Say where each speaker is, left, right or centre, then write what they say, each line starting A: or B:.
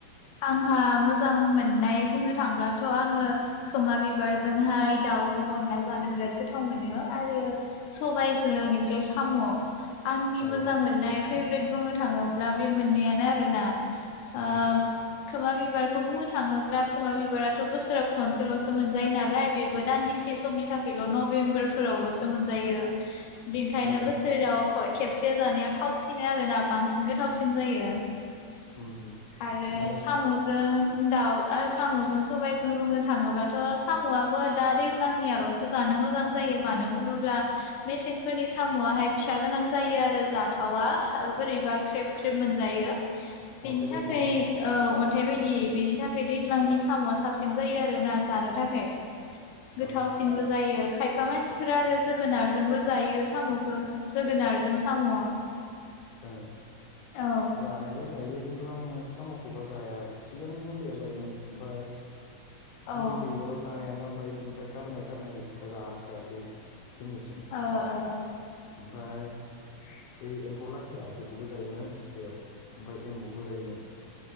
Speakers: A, on the left (about 80°); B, on the left (about 70°).
A: आंहा मोजां मोननाय बुंनो थांब्लाथ आङो खोमा बिबारजोंहाय दाउज जों अनला जानो बिराद गोथाव मोनो आरो सबबायजों ओमफ्राय साम'। आंनि
B: अ
A: मोजां मोननाय फेभरेट बुंनो थाङोब्ला बे मोननैयानो आरोना।
B: अ
A: आ खोमा बिबारखौ बुंनो थाङोब्ला खोमा बिबाराथ' बोसोराव खनसेल'सो मोनजायो नालाय बेबो दान्दि इसे समनि थाखायल' नभेम्बरफोरावल'सो मोनजायो। बेनिखायनो
B: अ औ
A: बोसोराव खेबसे से जानायाव थावसिनो आरोोना बांसिनखौ थावसिन जायो।
B: उम-उम
A: आरो
B: माने
A: साम'जों दा आरो साम'जों सबायजों बुंनो थाङोबाथ' साम'आबो दा दैज्लांनियाल'सो जानो मोजां जायो मानो बुङोब्ला मेसेंफोरनि साम'आाहाय फिसा गोनां जायो आरो जाथावा बोरैबा ख्रेब ख्रेब मोनजायो। बेनि
B: अन्थाइ
A: थाखाय
B: बायदि ना?
A: औ अन्थाइ बायदि बेनि थाखाय दैज्लांनि साम'आ साबसिन जायो आरो ना जानो थाखाय। गोथावसिनबो
B: औ
A: जायो खायफा मानसिफोरा आरो जोगोनारजोंबो जायो साम'खौ जोगोनारजों साम' औ
B: औ
A: औ
B: जानायालाय जायो खिन्थु आं साम'खौबा जाया सिगां उन्दैयाव जायोमोन ओमफ्राय
A: ओ
B: उन्दैयाव जानायानो ओमफ्राय बिनिफ्राय गारनाय गारनाय गैखा जाखायासै। दिनैसिम
A: ओ ओ
B: ओमफ्राय बे एम्फौ लाथाया बेखौबो जायोमोन आङो फिसायाव। ओमफ्राय एम्बौबो जायोमोन।